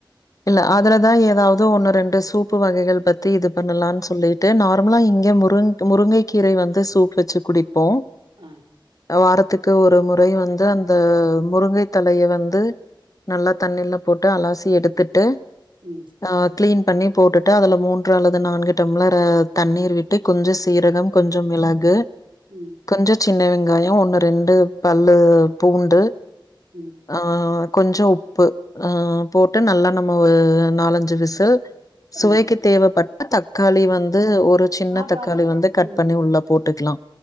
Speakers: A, on the left; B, on the right.
A: இல்ல அதுலதா எதாவது ஒன்னு ரெண்டு சூப்பு வகைகள் பத்தி இது பண்ணலானு சொல்லிட்டு நார்மலா இங்க முருங் முருங்கை கீரை வந்து சூப் வெச்சு குடிப்போ
B: ஹ
A: வாரத்துக்கு ஒரு முறை வந்து அந்த முருங்கை தழைய வந்து நல்லா தண்ணீல போட்டு அலாசி எடுத்துட்டு
B: ம்
A: நா கிளீன் பண்ணி போட்டுட்டு அதில் மூன்று அல்லது நான்கு டம்ளர் தண்ணீர் விட்டு கொஞ்சோ சீரகம் கொஞ்சம் மிளகு
B: ம்
A: கொஞ்ச சின்ன வெங்காயம் ஒண்ணு ரெண்டு பல்லு பூண்டு
B: ம்
A: ஆ கொஞ்சம் உப்பு ஆ போட்டு நல்லா நம்ம நாலஞ்சு விசில் சுவைக்கு
B: ம்
A: தேவைப்பட்டா தக்காளி வந்து ஒரு சின்ன
B: ஆட்டம்
A: தக்காளி
B: ஆட்டம்
A: வந்து கட்
B: ம்
A: பண்ணி உள்ள போட்டுக்கலா